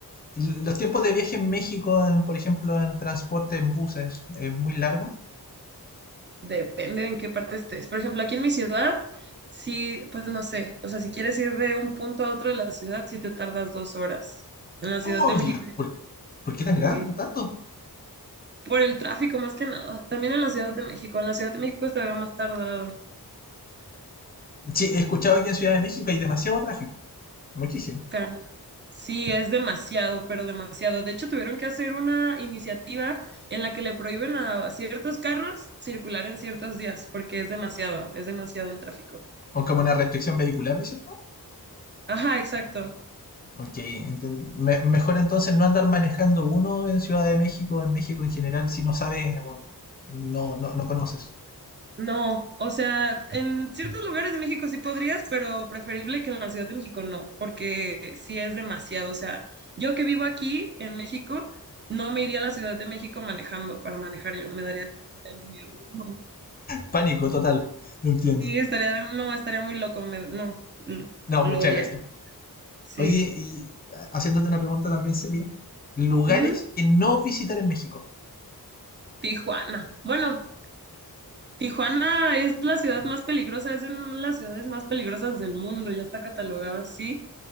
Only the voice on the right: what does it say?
depende en qué parte estés. Por ejemplo, aquí en mi ciudad, sí, pues no sé, o sea, si quieres ir de un punto a otro de la ciudad, sí te tardas dos horas. En la Ciudad
de México,
sí,
Por el tráfico más que nada. También en la Ciudad de México. En la Ciudad de México es todavía más tardado.
Caramba. Sí, es demasiado, pero demasiado. De hecho, tuvieron que hacer una iniciativa en la que le prohíben a ciertos carros circular en ciertos días, porque es demasiado, es demasiado el tráfico.
Ajá, exacto.
No, o sea, en ciertos lugares de México sí podrías, pero preferible que en la Ciudad de México no, porque sí es demasiado. O sea, yo que vivo aquí en México, no me iría a la Ciudad de México manejando para manejar yo, me daría miedo. No,
sí, estaría, no, estaría muy loco, me- no, l-
lo
odiaría.
Sí.
Ujú.
Tijuana. Bueno, Tijuana es la ciudad más peligrosa, es una de las ciudades más peligrosas del mundo, ya está catalogada así.